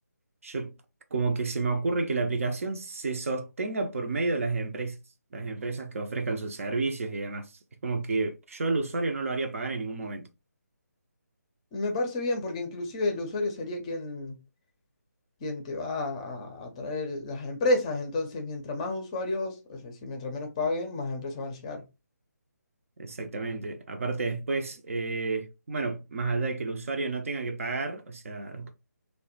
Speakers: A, on the right (about 50°); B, on the left (about 20°).
A: Yo como que se me ocurre que la aplicación se sostenga por medio de las empresas, las empresas que ofrezcan sus servicios y demás. Es como que yo al usuario no lo haría pagar en ningún momento.
B: Me parece bien porque inclusive el usuario sería quien, quien te va a atraer las empresas, entonces mientras más usuarios, es decir, mientras menos paguen, más empresas van a llegar.
A: Exactamente. Aparte después, eh, bueno, más allá de que el usuario no tenga que pagar, o sea,